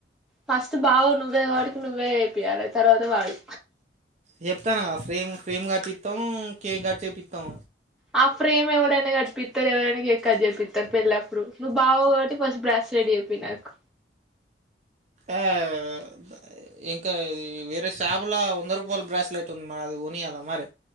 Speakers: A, in the centre; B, on the right.
A: ఫస్ట్ బావవి నువ్వే కాబ్బటికి నువ్వే ఏపియాలె తర్వాత వాడు
B: జెప్తనా గదా ఫ్రేమ్ ఫ్రేమ్ కట్టిత్తం కేక్ గట్జే పిత్తం
A: ఆ ఫ్రేమ్ ఎవడన్న కట్పితడ్ ఎవరన్న కేక్ కట్జే పితడ్ పెళ్ అప్పుడు నువ్వు బావవి కాబట్టి ఫస్ట్ బ్రాస్ లెట్ జేప్ పీ నాకు
B: యా ద ఇంకా ఇది వేరే షాపులో వంద రూపాయల్ బ్రాస్లెట్ ఉంది మడ్ అది గొన్ నియాల మరి